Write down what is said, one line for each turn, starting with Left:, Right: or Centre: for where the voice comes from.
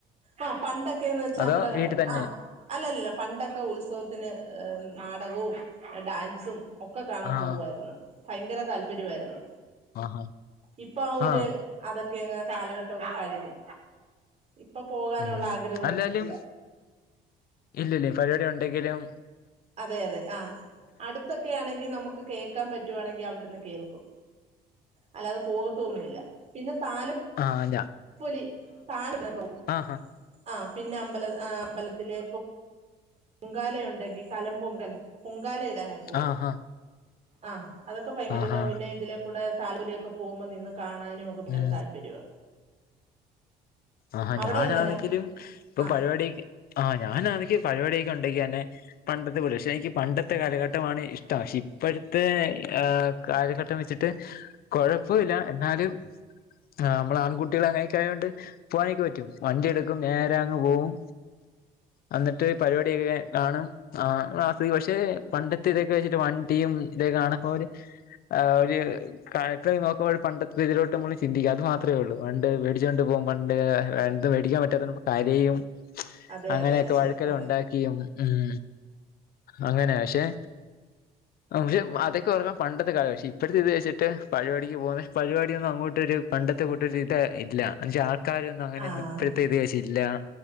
Right: ആഹ് പണ്ടൊക്കെന്ന് വെച്ചാ
Left: അതോ
Right: മ്മടെ
Left: വീട്ടിൽ തന്നെ
Right: ആഹ് അല്ല ല്ല പണ്ടൊക്കെ ഉത്സവത്തിന് നാടകോം ഡാൻസും ഒക്കെ കാണാൻ
Left: ആഹ്
Right: പോവാരുന്ന് ഭയങ്കര താല്പര്യവാരുന്നു
Left: ആഹ്
Right: ഇപ്പ ആ ഒര്
Left: ആഹ്
Right: അതൊക്കെ അങ് കാലഘട്ടൊക്കെ കഴിഞ്ഞ് ഇപ്പൊ പോകാനുള്ള
Left: ഉം
Right: ആഗ്രഹമൊന്നുമില്ല
Left: അല്ലേലും ഇല്ലില്ലേ ഫരിപാടി ഒണ്ടെങ്കിലും
Right: അതെ അതെ ആഹ് അടു ത്തൊക്കെയാണെങ്കി നമുക്ക് കേക്കാമ്പറ്റുവാണെങ്കി അവിടിര്ന്ന് കേൾക്കും അല്ലാതെ പോകത്തുഒന്നുഇല്ല പിന്നെ താലം
Left: ആഹ്ഞാ
Right: പ്പൊലി താലത്തിനൊക്കെപോം
Left: ആഹ് ആഹ്
Right: ആഹ് പിന്നെ അമ്പല് ആഹ് അമ്പലത്തിലെ പൊങ്കാലയൊണ്ടെങ്കി കലം പൊങ്കൽ പൊങ്കാലയെ ഇടാനായിട്ട് പോം
Left: ആഹാ
Right: ആഹ് അതൊക്കെ ഭയങ്കരിട്ടാ
Left: ആഹാ
Right: പിന്നെ ഇതിലേ ക്കൂടെ താലപ്പൊല്യൊക്കെ പോവുമ്പോ നിന്ന് കാണാനൊക്കെ ഭങ്കര
Left: ഉം
Right: താല്പര്യാ
Left: ആഹ്
Right: അവിടെ
Left: ഞാനാണെങ്കിലും
Right: എങ്ങനാ
Left: ഇപ്പൊ
Right: ആഹ്
Left: പരിപാടി ആഹ് ഞാനാന്നെങ്കി പരിപാടിയൊക്കെ ഒണ്ടെങ്കിഅന്നെ പണ്ടത്തെ പോലെ പക്ഷെ എനിക്ക് പണ്ടത്തെ കാലഘട്ടമാണ് ഇഷ്ടം ഷേഇപ്പഴ്ത്തെ ആഹ് കാലഘട്ടം വെച്ചിട്ട് കൊഴപ്പവില്ല എന്നാലും ആഹ് അമ്മള് ആൺകുട്ടീള് അങ്ങനൊക്ക ആയോണ്ട് പോവാനിക്ക് പറ്റും വണ്ടി എടുക്കും നേരെ അങ്ങ് പോവും അന്നിട്ട് പരിപാടിയൊക്കെ കാണും ആഹ് മാസ്സ് പക്ഷെ പണ്ടത്തെ ഇതൊക്കെ വെച്ചിട്ട് വണ്ടിയും ഇതൊക്കെ കാണുമ്പോര് ആഹ് ഒര് കാഴ്ത്ത് നോക്കുമ്പോഴ് പണ്ടത്തെ ഇതിലോട്ട് മ്മള് ചിന്തിക്കാ അത് മാത്രേ ഒള്ളൂ പണ്ട് വേടിച്ചുകണ്ട് പോം പണ്ട് പണ്ട് മടിക്കാൻപറ്റാത്തേ നിന്ന് കരയും
Right: അതെ
Left: അങ്ങനെയൊക്കെ
Right: അതെ ശരി
Left: വഴക്കൊക്കെ
Right: അതെ
Left: ഒണ്ടാക്കിയും ഉം അങ്ങനാ പഷേ ആഹ് പഷെ അതൊക്കെഓർക്കും പണ്ടത്തെ കാലാ പക്ഷെ ഇപ്പഴത്തെ ഇത് വെച്ചിട്ട് പരിപാടിക്ക് പോവാന്നെ പരിപാടിയൊന്നും അങ്ങോട്ടൊരു പണ്ടത്തെ കൂട്ടൊരിത് ഇല്ല അൻചാ കാര്യൊന്നും അങ്ങനെയൊന്നും
Right: ആഹ്
Left: ഇപ്പഴത്തേഇത്കഴിച്ചില്ലാ